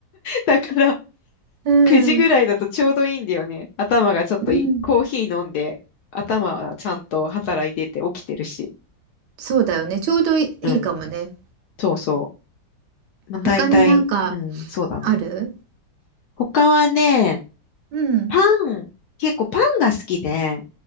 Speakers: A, on the left (about 70°); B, on the right (about 70°).
A: だから
B: うん
A: 9時ぐらいだとちょうどいいんだよね。頭がちょっといコーヒー飲んで、
B: うん
A: 頭はちゃんと働いてて起きてるし。
B: そうだよね。ちょうどいい、
A: うん。
B: いいかもね。
A: そうそう。まあ、
B: 他になんか
A: 大体、うん、そうだね。
B: ある
A: 他はね、
B: うん。
A: パン、結構パンが好きで、